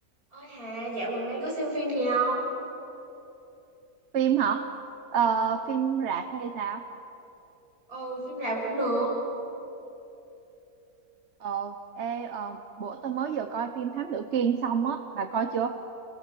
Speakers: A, on the right; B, on the right.
A: Ôi Hà, dạo gần đây có xem phim gì không?
B: phim hả Ờ, phim rạp hay sao
A: Ừ, phim rạp cũng được.
B: ờ ê ờ, bữa tôi mới vừa coi phim Thám Tử Kiên xong á bà coi chưa